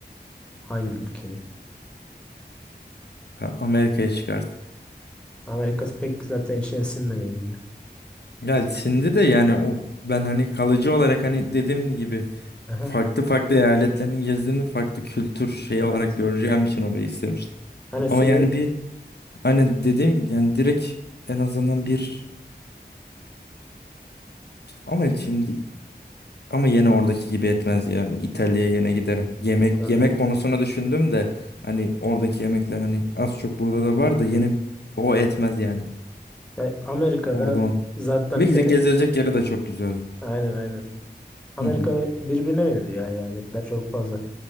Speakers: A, in the centre; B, on the left.
A: Hangi ülkeyi?
B: Ta- Amerika'ya çıkart
A: Amerika pek zaten içine sinmediği gibi.
B: Ya şimdi de yani o ben hani kalıcı olarak hani dediğim gibi
A: Aha.
B: farklı farklı eyaletlerini gezdiğimde farklı kültür şeyi
A: Evet.
B: olarak göreceğim için orayı istemiştim.
A: Hani
B: Ama
A: süre
B: yani bir aynen dediğim gibi yani direkt en azından bir ama şimdi Ama yine oradaki gibi etmez ya. İtalya'ya yine giderim. Yemek
A: Tabii.
B: yemek konusunu düşündüm de hani oradaki yemekler hani az çok burada da var
A: Aynen.
B: da yine o etmez yani.
A: Ya Amerika'da
B: Orada on.
A: zaten
B: Ve geze-
A: en
B: gezilecek yeri de çok güzel.
A: aynen aynen. Amerika
B: Hı hı.
A: ve- birbirine benziyor eyaletler çok fazla.